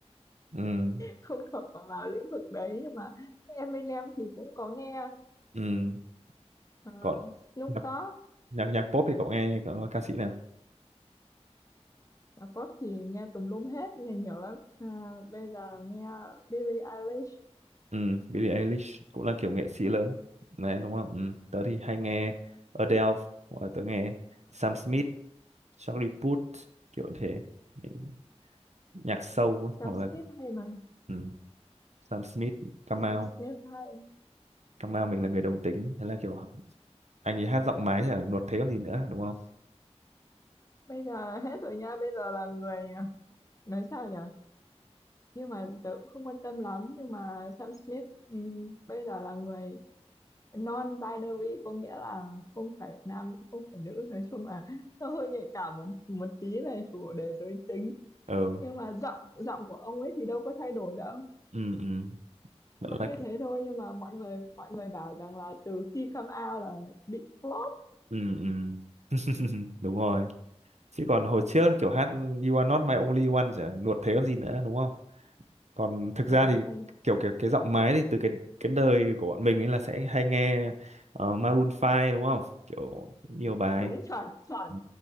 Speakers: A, on the right; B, on the left.
A: Ừ.
B: không thuộc vào lĩnh vực đấy nhưng mà em bên em thì cũng có nghe
A: Ừ.
B: ờ,
A: còn
B: Snoop
A: nhạc
B: Dogg
A: nhạc, nhạc pop thì cậu nghe có ca sĩ nào
B: nhạc pop thì nghe tùm lum hết nghe nhiều lắm À, bây giờ nghe Billie Eilish
A: ừ Billie Eilish cũng là kiểu nghệ sĩ lớn này đúng không ừ. tớ thì hay nghe Adele hoặc là tớ nghe Sam Smith Charlie Puth kiểu như thế những nhạc sâu
B: Sam
A: ấy, hoặc là
B: Smith hay mà
A: ừ. Sam Smith Kamau
B: Sam Smith hay
A: Kamau mình là người đồng tính thế là kiểu anh ấy hát giọng mái là nuột thế còn gì nữa đúng không
B: bây giờ <laughs> hết rồi nha bây giờ là người ờ, nói sao nhỉ nhưng mà tớ cũng không quan tâm lắm nhưng mà Sam Smith ừm, bây giờ là người non-binary có nghĩa là không phải nam cũng không phải nữ nói chung là nó hơi nhạy cảm một một tí về chủ đề giới tính
A: ừ
B: nhưng mà giọng giọng của ông ấy thì đâu có thay đổi đâu
A: ừ ừ vẫn
B: vẫn
A: là
B: như thế thôi nhưng mà mọi người mọi người bảo rằng là từ khi come out là bị flop
A: ừ ừ <laughs> đúng rồi chứ còn hồi trước kiểu hát You are not my only one chả nuột thế còn gì nữa đúng không còn thực
B: ừ,
A: ra thì
B: hay
A: kiểu kiểu cái giọng máy thì từ cái cái đời của bọn mình ấy là sẽ hay nghe ờ, Maroon 5 đúng không kiểu nhiều bài
B: đúng chuẩn chuẩn
A: ừ.